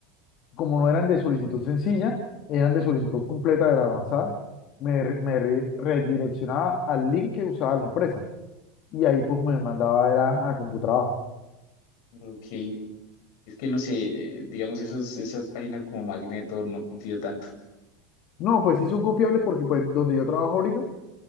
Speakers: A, on the left; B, on the left.
A: como no eran de solicitud sencilla, eran de solicitud completa de la avanzada, me, re- me re- redireccionaba al link que usaba la empresa y ahí pues me mandaba era a Computrabajo.
B: Ok. Es que no sé, eh, digamos, esos, esas páginas como Magneto no confío tanto.
A: No, pues sí son confiables porque pues donde yo trabajo ahorita,